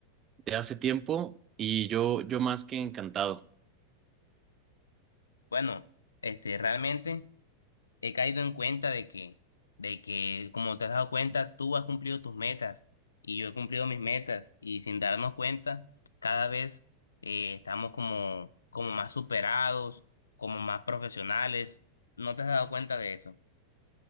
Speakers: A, on the right (about 30°); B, on the left (about 75°).
A: de hace tiempo y yo, yo más que encantado.
B: Bueno, este, realmente he caído en cuenta de que, de que como te has dado cuenta, tú has cumplido tus metas y yo he cumplido mis metas y sin darnos cuenta, cada vez eh, estamos como, como más superados, como más profesionales. ¿No te has dado cuenta de eso?